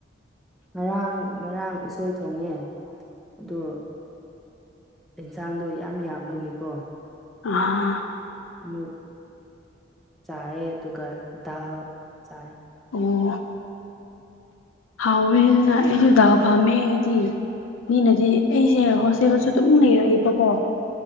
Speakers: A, in the centre; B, on the left.
A: ꯉꯔꯥꯡ ꯉꯔꯥꯡ ꯎꯁꯣꯏ ꯊꯣꯡꯉꯦ ꯑꯗꯣ ꯑꯦꯟꯖꯥꯡꯗꯣ ꯌꯥꯝ ꯌꯥꯝꯕꯒꯤꯀꯣ
B: <unintelligible>
A: ꯃꯨꯛ ꯆꯥꯏꯌꯦ ꯗꯨꯒ ꯗꯥꯜ ꯆꯥꯏ
B: ꯑꯣ ꯍꯥꯎꯋꯦ ꯗꯨꯅꯥ ꯑꯩꯖꯨ ꯗꯥꯜ ꯄꯥꯝꯃꯦ ꯑꯩꯗꯤ ꯃꯤꯅꯗꯤ ꯑꯩ ꯖꯦ ꯍꯣꯁꯇꯦꯜꯁꯨ ꯗꯨꯝ ꯂꯩꯔꯛꯑꯦꯕꯀꯣ